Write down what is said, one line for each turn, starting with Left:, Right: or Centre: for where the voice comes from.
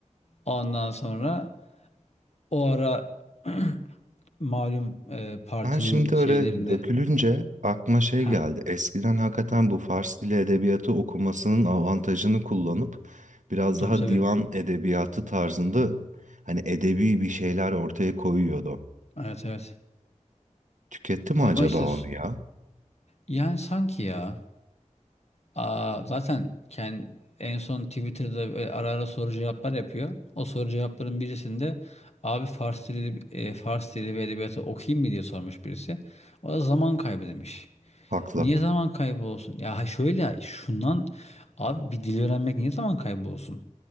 Left: Ondan sonra o ara <clears throat> malum e, partinin
Right: Ben şimdi
Left: şeylerinde
Right: öyle dökülünce aklıma şey
Left: ha
Right: geldi. Eskiden hakikaten bu Fars dili edebiyatı okumasının avantajını kullanıp biraz
Left: tabii
Right: daha
Left: tabii
Right: divan edebiyatı tarzında hani edebi bir şeyler ortaya koyuyordu.
Left: evet evet
Right: Tüketti mi
Left: Ama
Right: acaba
Left: işte s-
Right: onu ya?
Left: yani sanki ya aa, zaten kendi, en son Twitter'da böyle ara ara soru cevaplar yapıyor. O soru cevapların birisinde abi Fars dili, e, Fars dili ve edebiyatı okuyayım mı diye sormuş birisi. O da zaman kaybı demiş.
Right: Haklı.
Left: Niye zaman kaybı olsun? Ya şöyle şundan abi bir dil öğrenmek niye zaman kaybı olsun?